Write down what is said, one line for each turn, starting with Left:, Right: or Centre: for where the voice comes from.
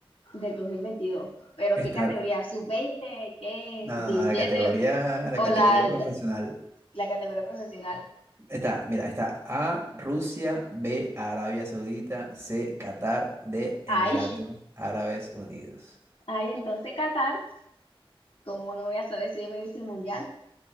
Left: del 2022. ¿Pero qué
Right: Estar,
Left: categoría? sub veinte, ¿Qué
Right: no,
Left: es? diecisiete
Right: no, no, la categoría,
Left: ¿O
Right: la categoría
Left: la
Right: profesional.
Left: la categoría profesional.
Right: Está, mira, está A, Rusia, B, Arabia Saudita, C, Qatar, D,
Left: Ay,
Right: Emiratos Árabes Unidos.
Left: ay, entonces Qatar, como no voy a saber si yo me hice mundial?